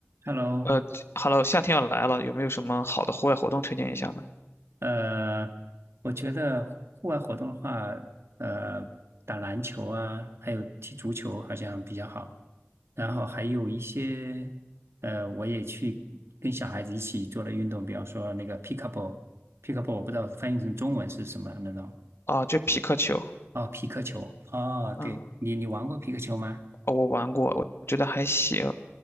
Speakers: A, on the right; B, on the left.
A: Hello，
B: 呃 h e 夏天要来了，有没有什么好的户外活动推荐一下呢？
A: 呃，我觉得户外活动的话，呃，打篮球啊，还有踢足球好像比较好。然后还有一些，呃，我也去跟小孩子一起做的运动，比方说那个 p i c k l e b l l p i c k l e b l l 我不知道翻译成中文是什么那种。
B: 啊，就匹克球，
A: 哦，皮克球。哦，
B: 嗯，
A: 对，你你玩过皮克球吗？
B: 哦我玩过，我觉得还行，